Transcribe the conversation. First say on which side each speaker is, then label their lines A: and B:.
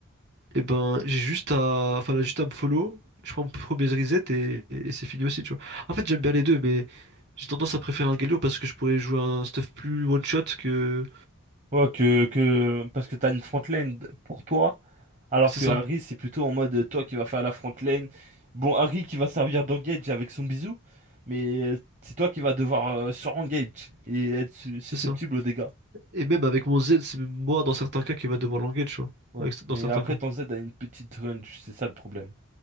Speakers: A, on the right (about 50°); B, on the right (about 35°).
A: et ben j'ai juste à, enfin là, juste à me follow, je prends mon premier reset et, et c'est fini aussi, tu vois. En fait, j'aime bien les deux, mais j'ai tendance à préférer un Galio parce que je pourrais jouer un stuff plus one shot que,
B: Ouais, que, que, parce que t'as une front lane pour toi, alors
A: c'est
B: que
A: ça,
B: Harry, c'est plutôt en mode euh, toi qui vas faire la front lane. Bon, Harry qui va servir d'engage avec son bisou, mais euh, c'est toi qui vas devoir euh, sur-engage et être su-
A: c'est
B: susceptible
A: ça.
B: aux dégâts.
A: Et même avec mon Z, c'est même moi dans certains cas qui va devoir languer, tu vois.
B: Ouais.
A: Avec- Dans
B: Mais
A: certains
B: après,
A: cas.
B: ton Z a une petite range, c'est ça le problème.